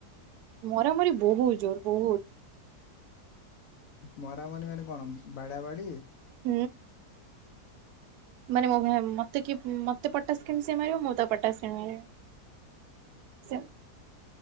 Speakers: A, on the right (about 75°); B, on the left (about 60°).
A: ମରାମରି ବହୁତ ଜୋର ବହୁତ
B: ମରାମରି ମାନେ କଣ ବାଡା ବାଡି
A: <unintelligible> ମାନେ ମତେ କି ମତେ ପଟାସ କେମିତି ମାରିବ ମୁଁ ତ ପଟାସି ମାରିବ।
B: <inaudible>
A: <unintelligible>